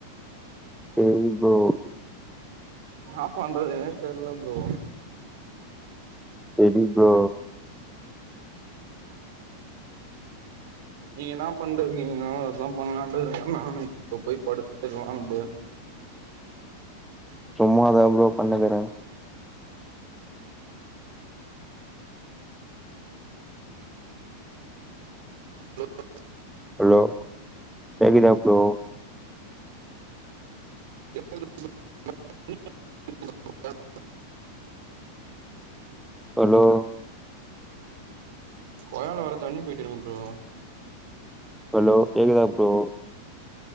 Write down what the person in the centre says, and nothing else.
சேரி ப்ரோ
லீவ் ப்ரோ
சும்மா தா ப்ரோ ஒக்காந்துக்கறே
அலோ கேக்குதா ப்ரோ
அலோ
அலோ கேக்குதா ப்ரோ